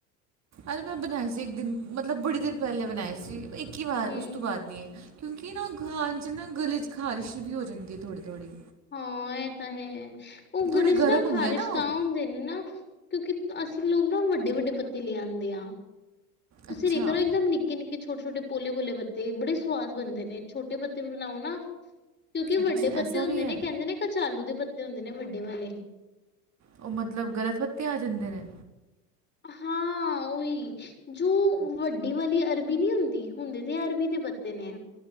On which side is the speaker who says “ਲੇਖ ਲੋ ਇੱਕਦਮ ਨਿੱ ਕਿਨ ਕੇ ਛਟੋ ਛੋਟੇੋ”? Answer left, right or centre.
Left